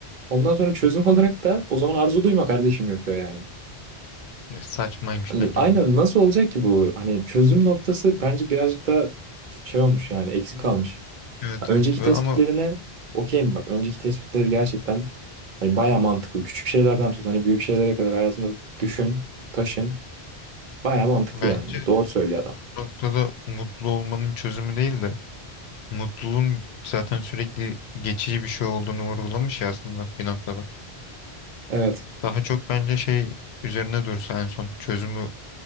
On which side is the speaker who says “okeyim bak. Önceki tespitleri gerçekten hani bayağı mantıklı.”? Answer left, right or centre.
Right